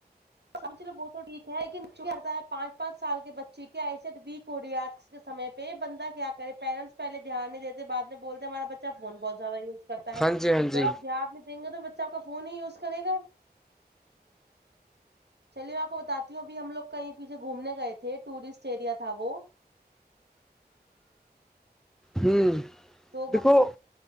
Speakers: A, on the right; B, in the centre.
A: ہم چلو وہ تو ٹھیک ہے لیکن چ کرڑتا ہے پانچ پانچ سال کے بچے کیا ایسے ووریات کےمے پہ بندہ کیا کرے پیرنٹس پہلے دھیان نہیں دیتے بع میں بولتے ہمارا بچہ فون بہت زیادہ یوز کرتا ہے
B: ہاں جی ہاں جی ہاں جی
A: جب آپ دھیان میں دیں گے تو بچہ آپ کا فون ہی یوز کرے گا چلیے میں آپ کو بتاتی ہوں ابھی ہم لوگ کہیں پیچھے گھومنے گئے تھے ٹورسٹ ایریا تھا وہ
B: ہوں
A: تو
B: تو